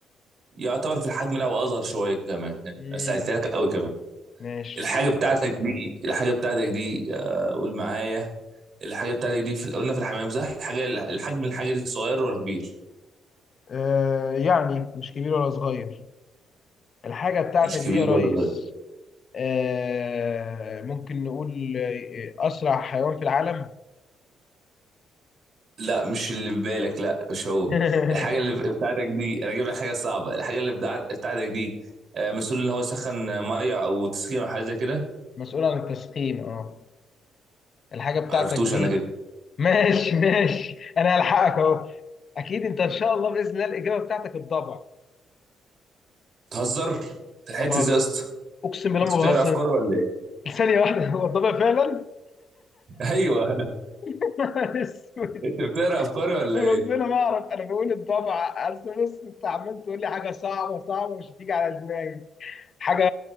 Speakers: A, on the right (about 55°); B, on the left (about 50°).
A: يعتبر في الحجم ده واصغر شوية كمان <laughs>
B: امم
A: سألت لك قوي كمان
B: ماشي
A: الحاجة بتاعتك دي الحاجة بتاعتك دي آه قول معايا الحاجة بتاعتك دي في قلنا في الحمام صح الحاجة الحجم الحاجة دي صغير ولا كبير
B: آه يعني مش كبير ولا صغير الحاجة بتاعتك
A: مش
B: دي
A: كبير
B: يا ريس
A: ولا صغير
B: آه ممكن نقول آه، أسرع حيوان في العالم
A: لا مش اللي في بالك لا مش هو
B: <laughs>
A: الحاجة اللي في- بتاعتك دي أنا أجيب لك حاجة صعبة الحاجة اللي بتاعت- بتاعتك دي آه، مسؤول إن هو يسخن آه، مية أو تسخين أو حاجة زي كده
B: مسؤول عن التسخين اه الحاجة بتاعتك
A: معرفتوش
B: دي
A: أنا كده
B: ماشي ماشي أنا هلحقك أهو أكيد أنت إن شاء الله بإذن الله الإجابة بتاعتك الضبع
A: تهزر تلحقت
B: ما بهزر
A: إزاي يا اسطى
B: أقسم بالله
A: أنت
B: ما
A: بتقرا
B: بهزر
A: أفكاري ولا إيه؟
B: ثانية واحدة هو الضبع فعلا
A: <laughs> أيوه
B: <laughs>
A: أنت بتقرا أفكاري ولا
B: وربنا
A: إيه؟
B: ما أعرف أنا بقول الضبع أصل بص أنت عمال تقول لي حاجة صعبة صعبة مش هتيجي على دماغي حاجه